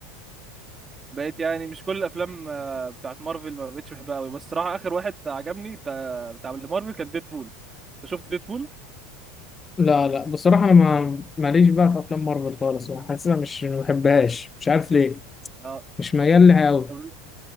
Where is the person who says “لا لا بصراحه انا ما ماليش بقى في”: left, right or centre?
Left